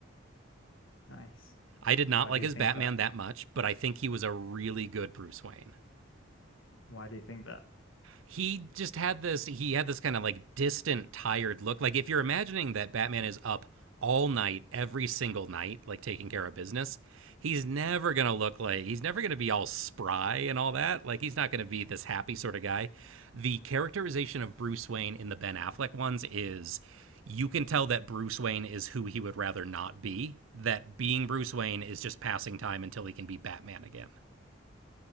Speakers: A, on the left; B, on the right.
A: Nice.
B: I did not
A: Why
B: like
A: do you
B: his
A: think
B: Batman
A: that?
B: that much, but I think he was a really good Bruce Wayne.
A: Why do you think that?
B: he just had this he had this kind of like distant tired look like if you're imagining that batman is up all night every single night like taking care of business he's never going to look like he's never going to be all spry and all that like he's not going to be this happy sort of guy the characterization of bruce wayne in the ben affleck ones is you can tell that bruce wayne is who he would rather not be that being bruce wayne is just passing time until he can be batman again